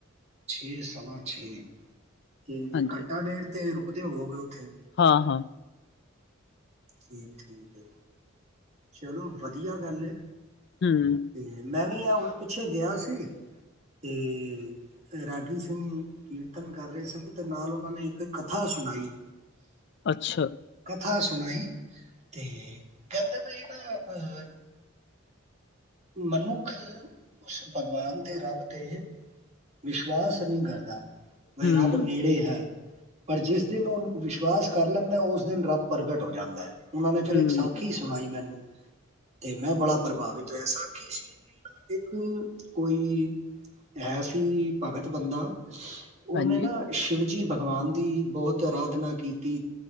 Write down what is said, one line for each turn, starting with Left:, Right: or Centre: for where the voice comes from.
Right: ਛੇ ਸਵਾ ਛੇ ਠੀਕ
Left: ਹਾਂਜੀ
Right: ਘੰਟਾ ਡੇਢ ਤੇ ਰੁ ਉਹਦੇ ਹੋ ਗਏ ਉੱਥੇ
Left: ਹਾਂ ਹਾਂ
Right: ਠੀਕ ਠੀਕ ਹੈ ਚਲੋ ਵਧੀਆ ਗੱਲ ਹੈ
Left: ਹਮ
Right: ਤੇ ਮੈਂ ਵੀ ਆ ਹੁਣ ਪਿੱਛੇ ਗਿਆ ਸੀ ਤੇ ਰਾਗੀ ਸਿੰਘ ਕੀਰਤਨ ਕਰ ਰਹੇ ਸੀ ਤੇ ਨਾਲ ਉਹਨਾਂ ਨੇ ਇੱਕ ਕਥਾ ਸੁਣਾਈ
Left: ਅੱਛਾ
Right: ਕਥਾ ਸੁਣਾਈ ਤੇ ਕਹਿੰਦੇ ਬਾਈ ਨਾਹ। ਮਨੁੱਖ ਉਸ ਭਗਵਾਨ ਤੇ ਰੱਬ ਤੇ ਵਿਸ਼ਵਾਸ ਨਹੀਂ ਕਰਦਾ। ਵੇ
Left: ਹਮ
Right: ਰੱਬ ਨੇੜੇ ਹੈ ਪਰ ਜਿਸ ਦਿਨ ਉਹ ਵਿਸ਼ਵਾਸ ਕਰ ਲੈਂਦਾ ਉਸ ਦਿਨ ਰੱਬ ਪ੍ਰਗਟ ਹੋ ਜਾਂਦਾ ਹੈ। ਉਹਨਾਂ ਨੇ ਫੇਰ
Left: ਹਮ
Right: ਇੱਕ ਸਾਖੀ ਸੁਣਾਈ ਮੈਨੂੰ ਤੇ ਮੈਂ ਬੜਾ ਪ੍ਰਭਾਵਿਤ ਐਸਾ ਕੀ ਸੀ ਵੀ ਨਾ ਇੱਕ ਕੋਈ ਹੈ ਸੀ ਭਗਤ ਬੰਦਾ। ਉਹਨੇ
Left: ਹਾਂਜੀ
Right: ਨਾ ਸ਼ਿਵਜੀ ਭਗਵਾਨ ਦੀ ਬਹੁਤ ਅਰਾਧਨਾ ਕੀਤੀ